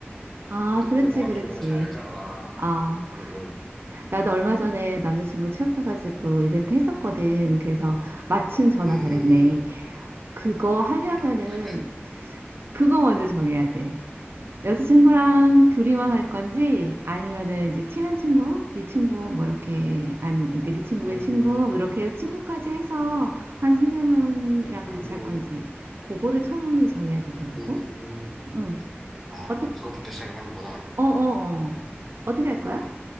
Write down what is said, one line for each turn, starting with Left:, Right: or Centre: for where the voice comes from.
Right: 아,
Centre: 너,
Right: 그렇지,
Centre: 근데 너가
Right: 그렇지.
Centre: 좀 이런 거 잘 알잖아.
Right: 아,
Centre: 응, 응.
Right: 나도 얼마 전에 남자친구 취업해가지고 이벤트 했었거든. 그래서 마침 전화
Centre: 응, 응,
Right: 잘했네.
Centre: 응. 응.
Right: 그거 하려면은,
Centre: 그니까.
Right: 그거 먼저 정해야 돼. 여자친구랑 둘이만
Centre: 어.
Right: 할 건지 아니면은 이제 친한 친구, 네 친구 뭐 이렇게 아니면 그러니까 네 친구의
Centre: 음,
Right: 친구 뭐 이렇게 해서 친구까지 해서 한 세네 명이랑 같이
Centre: 음,
Right: 할 건지
Centre: 음,
Right: 그거를 처음에 정해야 되더라고.
Centre: 음.
Right: 응.
Centre: 아,
Right: 어떻
Centre: 그것부터 시작을 하는구나.
Right: 어어 어. 어, 어. 어떻게 할
Centre: 음,
Right: 거야?